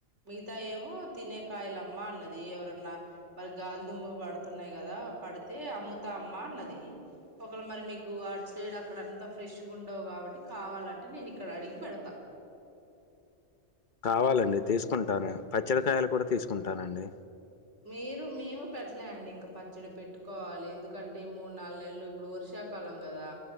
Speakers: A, on the right; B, on the left.
A: మిగతా ఏమో తినే కాయలు అమ్మా అన్నది ఎవరన్నా మరి గాలిదుమ్ము పడుతున్నాయి కదా పడితే అమ్ముతా అమ్మా అన్నది ఒకళ మరి మీకు అటు సైడ్ అక్కడ అంత ఫ్రెష్గా ఉండవు కాబట్టి కావాలంటే నేను ఇక్కడ అడిగి పెడతా
B: కావాలండి తీసుకుంటాను పచ్చడి కాయలు కూడా తీసుకుంటానండి
A: మీరు మేము పెట్టలేండి ఇంకా పచ్చడి పెట్టుకోవాలి ఎందుకంటే మూడు నాలుగు నెలలు ఇప్పుడు వర్షాకాలం కదా